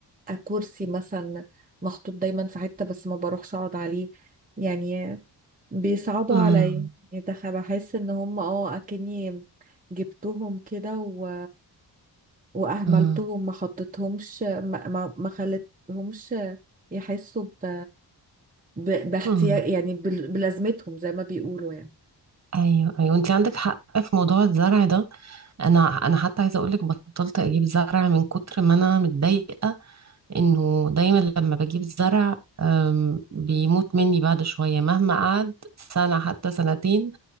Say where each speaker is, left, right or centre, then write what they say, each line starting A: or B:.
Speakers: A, on the right; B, on the right.
A: كرسي مثلا محطوط دايما في حتة بس ما بروحش اقعد عليه يعني بيصعبوا
B: امم
A: عليا يعني تخ- بحس ان هم اه اكني جبتهم كده و... واهملتهم
B: امم
A: ما حطيتهمش ما, ما, ما خلتهمش يحسوا ب... ب... باحتياج
B: امم
A: يعني بل... بلازمتهم زي ما بيقولوا يعني
B: ايوه ايوه انتي عندك حق في موضوع الزرع ده انا انا حتى عايزه اقول لك بطلت اجيب زرع من كتر ما انا متضايقه انه دايما لما بجيب زرع أم، بيموت مني بعد شويه مهما قعد سنه حتى سنتين